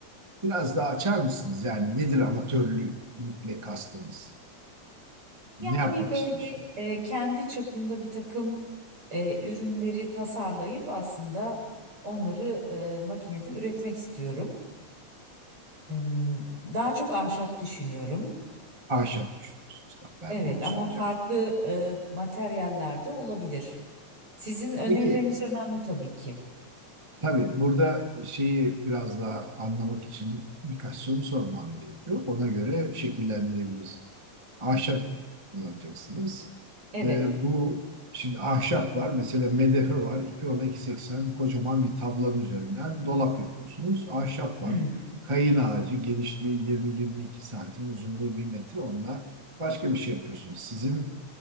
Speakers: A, on the right; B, on the right.
A: biraz daha açar mısınız? Yani nedir amatörlükle kastınız?
B: Yani
A: Ne yapmak
B: böyle
A: istiyorsunuz?
B: e, kendi çapımda bir takım e, ürünleri tasarlayıp aslında onları e, makinede üretmek istiyorum. Em, Daha çok ahşap düşünüyorum.
A: Ahşap düşünüyorsunuz. Tamam, Ben
B: Evet
A: de onu
B: ama
A: soracaktım.
B: farklı e, materyaller olabilir. Sizin önerileriniz
A: Peki
B: önemli tabii ki.
A: tabii burada şeyi biraz daha anlamak için birkaç soru sormam gerekiyor. Ona göre şekillendirebiliriz. Ahşap kullanacaksınız.
B: Evet.
A: E, bu şimdi ahşap var. Mesela medefe var. iki ona iki seksen, kocaman bir tablanın üzerinden dolap yapıyorsunuz. Ahşap var.
B: Hmm.
A: Kayın ağacı genişliği yirmi yirmi iki santim uzunluğu bir metre. Onunla başka bir şey yapıyorsunuz. Sizin